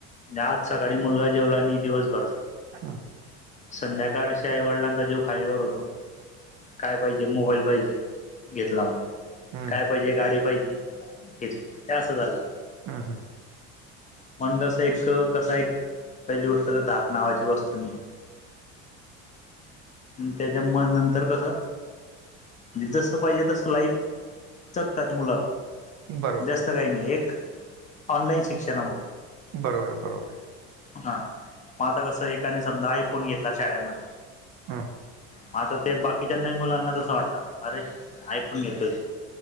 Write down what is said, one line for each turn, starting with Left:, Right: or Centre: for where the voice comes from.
Left: आज सकाळी मुलगा जेवला आणि दिवसभरचा.
Right: हा.
Left: संध्याकाळशी आईवडिलांचा जीव खालीवर होतो. काय पाहिजे मोबाईल पाहिजे घेतला मोबाईल.
Right: हं,
Left: काय पाहिजे गाडी पाहिजे घेतली हे असं झालंय.
Right: हा हा.
Left: मण कसं एक कसा एक पहिली गोष्ट धाक नावाची वस्तू नाही.
Right: <inaudible>
Left: त्याच्या मुळ नंतर कसं. जसं पाहिजे तसं लाईफ जगतात मुलं.
Right: बरोबर
Left: जास्त
Right: आहे.
Left: काही नाही ऑनलाईन शिक्षणामुळे.
Right: बरोबर बरोबर आहे.
Left: हा मग आता कस एकाने समजा आयफोन घेतला शाळेमध्ये.
Right: हं,
Left: म आता ते बाकीच्यांना मुलांना तसं वाटतं अरे आयफोन घेतोय.